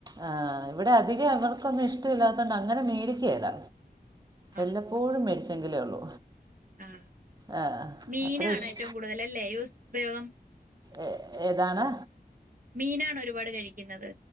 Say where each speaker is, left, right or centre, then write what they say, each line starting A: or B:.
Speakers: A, on the right; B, on the right.
A: ആഹ് ഇവിടെ അധികം അവർക്കൊന്നും ഇഷ്ടമില്ലാ ക്കന്ന് അങ്ങനെ മേടിക്കേല്ല
B: ആഹ്
A: എല്ലപ്പോഴും മേടിച്ചെങ്കിലേ ഉള്ളൂ
B: ആഹ്
A: ആഹ്
B: മീനാണ്
A: അത്ര ഇഷ്
B: ഏറ്റവും കൂടുതൽ അല്ലേ പയോഗം
A: ഏ ഏതാണ്
B: മീനാണ് ഒരുപാട് കഴിക്കുന്നത്